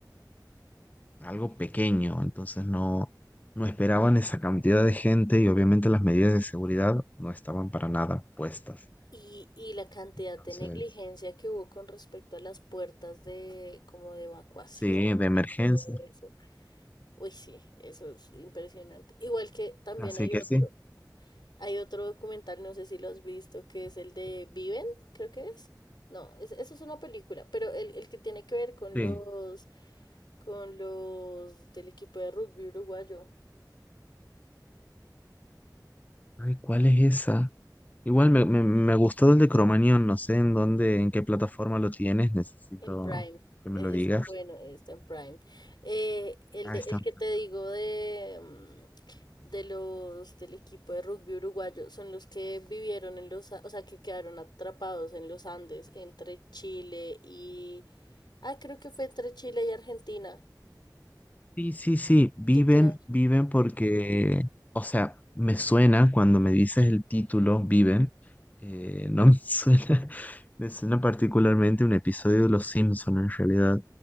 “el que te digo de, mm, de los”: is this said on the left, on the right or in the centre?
Left